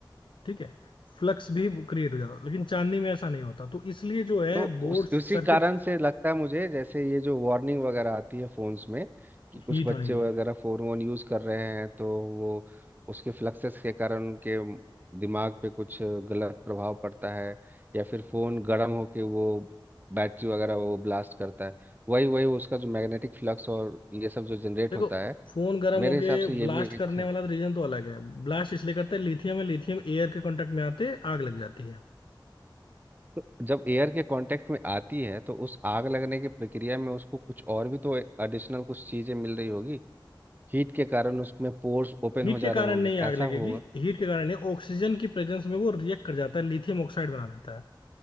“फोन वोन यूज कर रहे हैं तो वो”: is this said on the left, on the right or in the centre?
Right